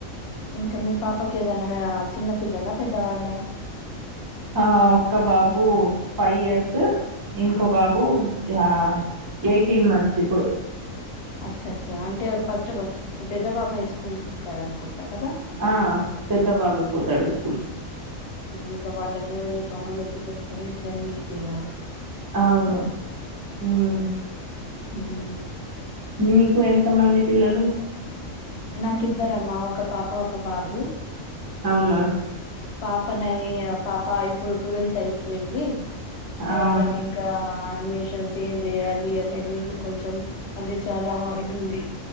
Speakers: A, on the left (about 60°); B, on the right (about 30°).
A: ఇంకా మీ పాపకి ఏదైన చిన్న పిల్లల పెద్దవాళ్ళ
B: ఆ ఒక్క బాబు ఫైవ్ ఇయర్స్ ఇంకో బాబు ఆ ఎయిటీన్ మంత్స్ ఇప్పుడు
A: అచ్చ అచ్చా అంటే ఫస్ట్ ఆఫ్ మీ పెద్ద బాబు స్కూల్ కు వెళ్తాడు అనుకుంటా కదా
B: ఆ పెద్ద బాబే పోతాడు ఈ స్కూల్ కి
A: ఇంకా వాళ్ళకి యూనిఫామ్ అనేసి బుక్స్ అనేసి అన్ని ఇది చేయాలి
B: అవును
A: కదా
B: మ్
A: మ్
B: మీకు ఎంతమంది పిల్లలు
A: నాకిద్దరమ్మా ఒక పాప ఒక బాబు
B: అవునా
A: పాప నై పాప ఇప్పుడు ట్వెల్త్ అయిపోయింది
B: ఆ
A: వాళ్లకి ఇంకా అ అడ్మిషన్స్ ఏం చెయాలి అనేది కొంచెం అది చాలా ఇది ఉంది